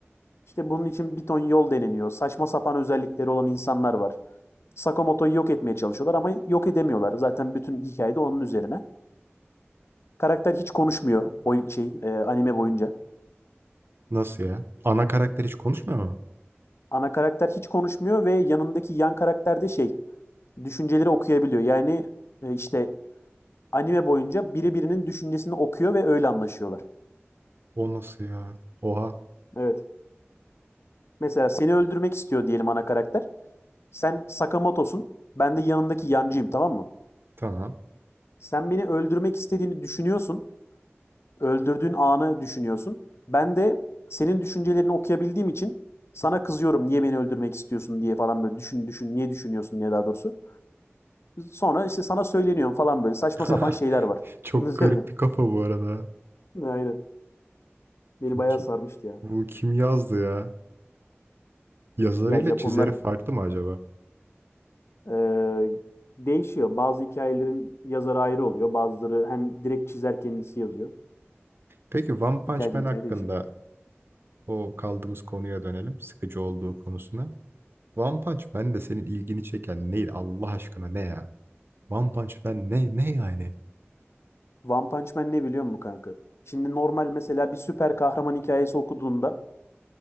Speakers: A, on the left (about 65°); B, on the right (about 55°).
A: İşte bunun için bir ton yol deneniyor. Saçma sapan özellikleri olan insanlar var. Sakamoto'yu yok etmeye çalışıyorlar ama yok edemiyorlar. Zaten bütün hikayede onun üzerine. Karakter hiç konuşmuyor o şey e, anime boyunca.
B: Nasıl ya? Ana karakter hiç konuşmuyor mu?
A: Ana karakter hiç konuşmuyor ve yanındaki yan karakter de şey düşünceleri okuyabiliyor. Yani e, işte anime boyunca biri birinin düşüncesini okuyor ve öyle anlaşıyorlar.
B: O nasıl ya? Oha.
A: Evet. Mesela seni öldürmek istiyor diyelim ana karakter. Sen Sakamoto'sun. Ben de yanındaki yancıyım tamam mı?
B: Tamam.
A: Sen beni öldürmek istediğini düşünüyorsun. öldürdüğün anı düşünüyorsun. Ben de senin düşüncelerini okuyabildiğim için sana kızıyorum niye beni öldürmek istiyorsun diye falan böyle düşün düşün niye düşünüyorsun diye daha doğrusu. Sonra işte sana söyleniyorum falan böyle saçma
B: <laughs>
A: sapan şeyler var <laughs>
B: Çok
A: bunun üzerine.
B: garip bir kafa bu arada.
A: Aynen. Beni
B: Bu,
A: bayağı
B: ki-
A: sarmıştı ya.
B: bu kim yazdı ya? Yazarıyla
A: Ya Japonlar
B: çizeri farklı mı acaba?
A: eee, değişiyor. Bazı hikayelerin yazarı ayrı oluyor. Bazıları hem direkt çizer kendisi yazıyor.
B: Peki One Punch
A: Hikayeden
B: Man
A: hikaye
B: hakkında
A: değişir.
B: o kaldığımız konuya dönelim. Sıkıcı olduğu konusuna. One Punch Man de senin ilgini çeken neydi Allah aşkına ne ya? One Punch Man ne ne yani?
A: One Punch Man ne biliyor musun kanka? Şimdi normal mesela bir süper kahraman hikayesi okuduğunda